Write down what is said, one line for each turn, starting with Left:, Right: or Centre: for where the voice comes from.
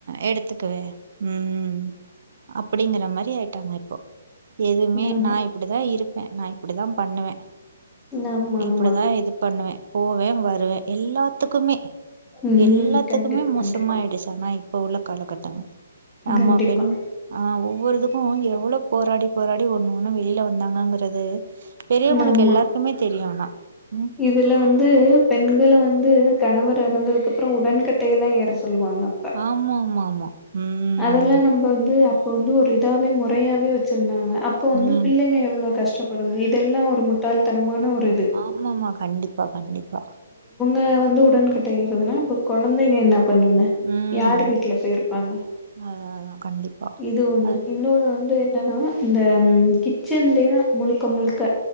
Right: எடுத்துக்குவே ம் அப்படிங்கிற மாரி ஆய்ட்டா ன்னா இப்போ எதுமே
Centre: ஆமா
Right: நா இப்புடி தா இருப் பே நா இப்புடிதா பண்ணுவே
Centre: ஆமா
Right: இப்புடிதா
Centre: ஆமா
Right: இது பண்ணுவே போவே வருவ எல்லாத்துக்குமே
Centre: ம்
Right: எல்லாத்துக்குமே
Centre: கண்டிப்பா
Right: மோசமாயிடுச்சானா
Centre: கண்டிப்பா
Right: ப்ப உள்ள காலகட்டங்க நம்ம
Centre: கண்டிப்பா
Right: பெண் ஆ ஒவ்வொரிதுக்கு எவ்ளோ போராடி போராடி ஒண்ணு ஒண்ணு வெளில வந்தாங்கங்கறது பெரியவங்களுக்கு
Centre: ஆமா
Right: எல்லாருக்குமே தெரியு ஆனா ம்
Centre: இதுல வந்து பெண்கள வந்து கணவர் எறந்ததுக்கப்றொ உடன் கட்டையல்லா எற சொல்லுவாங்கப்ப
Right: ஆமா ஆமா ஆமா ம்
Centre: அதெல்லா நம்ப வந்து அப் கொண்டு ஒரிதாவே முறையாவே வெச்சி ன்னாங்க அப்பொ வந்து
Right: ம்
Centre: பிள்ளைங்க எவ்ளோ கஷ் படுங்க இதெல்லா ஒரு முட்டாள்தனமான ஒருது
Right: ஆமாமா கண்டிப்பா கண்டிப்பா
Centre: அ வந்து உடன் கட் ட ஏர்றதுனா இப்ப கொழந்தைங்க என்னா பண்ணுங்க
Right: ம்
Centre: யாரு வீட்ல போயிருப்பாங்க
Right: அதா அதா கண்டிப்பா
Centre: இது ஒண்ணு
Right: அ
Centre: இன்னோன்னு வந்தே ன்னா இந்த ம் கிச்சன்லேதா முழுக்க முழுக்க